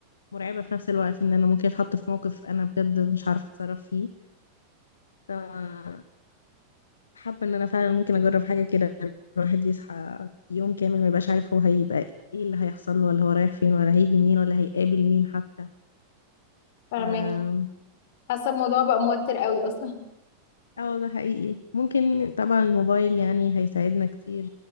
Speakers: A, on the left; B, on the left.
A: مرعبة في نفس الوقت إن أنا ممكن أتحط في موقف أنا بجد مش عارفة أتصرف فيه ف حابة إن أنا فعلا ممكن أجرب حاجة كده الواحد يصحى يوم كامل ما يبقاش عارف هو هيبقى إيه اللي هيحصل له ولا هو رايح فين ولا هيجي منين ولا هيقابل مين حتى
B: فهماكي
A: ف
B: حاسة الموضوع بقى موتر قوي اصلا
A: اه ده حقيقي ممكن طبعا الموبايل يعني هيساعدنا كتير